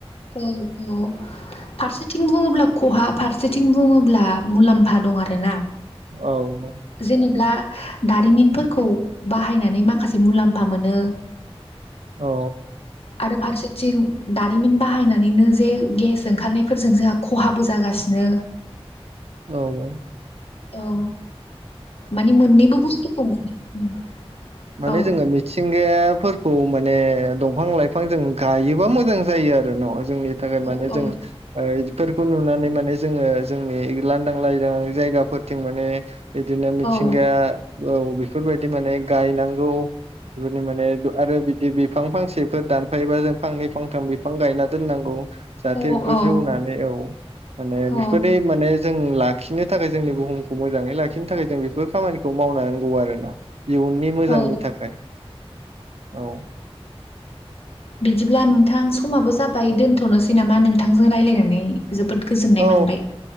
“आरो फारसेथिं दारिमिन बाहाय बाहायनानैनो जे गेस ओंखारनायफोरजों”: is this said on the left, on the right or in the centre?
Left